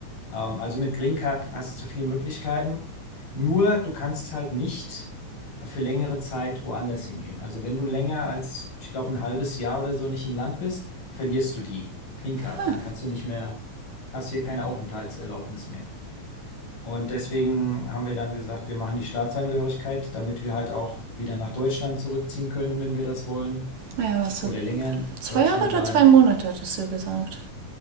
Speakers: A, on the left (about 85°); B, on the right (about 80°).
A: Ähm, also mit Green Card hast du viele Möglichkeiten. Nur du kannst halt nicht für längere Zeit woanders hingehen. Also wenn du länger als, ich glaube, ein halbes Jahr oder so nicht im Land bist, verlierst du die Green Card.
B: Hm.
A: Dann kannst du nicht mehr, hast hier keine Aufenthaltserlaubnis mehr. Und deswegen haben wir dann gesagt, wir machen die Staatsangehörigkeit, damit wir halt auch wieder nach Deutschland zurückziehen können, wenn wir das wollen,
B: Ja, was
A: oder
B: so
A: länger in
B: zwei
A: Deutschland
B: Jahre
A: bleiben.
B: oder zwei Monate hattest du gesagt,